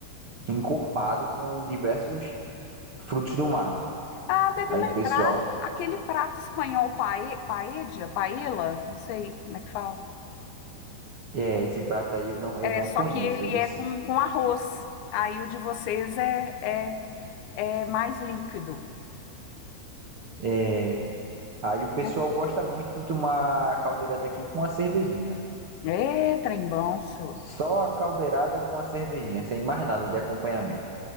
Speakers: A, on the right; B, on the left.
A: encorpado com diversos Frutos do mar.
B: Ah, deve
A: Aí
B: lembrar
A: o pessoal,
B: aquele prato espanhol pae, paella, paella, não sei como é que fala.
A: é, esse prato aí eu não,
B: É,
A: eu não
B: só
A: conheço,
B: que ele
A: viu?
B: é com, com arroz. Aí o de vocês é, é, é mais líquido,
A: É. Aí o pessoal
B: né?
A: gosta muito de tomar a caldeirada aqui com a cervejinha.
B: É, trem bom, só.
A: Só a caldeirada com a cervejinha, sem mais nada de acompanhamento.